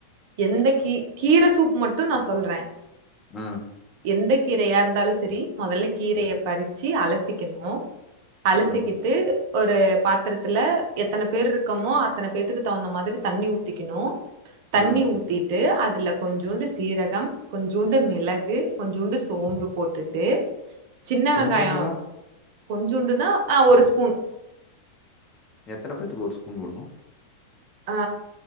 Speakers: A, on the right; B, on the left.
A: எந்த கீ கீரை சூப் மட்டு நா சொல்றே
B: ம்
A: எந்தக் கீரையா இருந்தாலு சரி மொதல்ல கீரைய பறிச்சு அலசிக்கணு அலசிகி
B: ம்
A: ட்டு ஒரு பாத்திரத்துல எத்தனை பேர் இருக்கமோ அத்தனை பேத்துக்கு தகுந்த மாரி தண்ணி ஊத்திக்ணு தண்ணி
B: ம்
A: ஊத்திட்டு அதுல கொஞ்சூண்டு சீரகம் கொஞ்சூண்டு மிளகு கொஞ்சோண்டு சோம்பு போட்டுட்டு சின்ன
B: கொஞ்சோண்டுனா
A: வெங்காய கொஞ்சண்டுன்னா ஆ ஒரு ஸ்பூன்
B: எத்தனை பேத்துக்கு ஒரு ஸ்பூன் போடணு
A: ஆ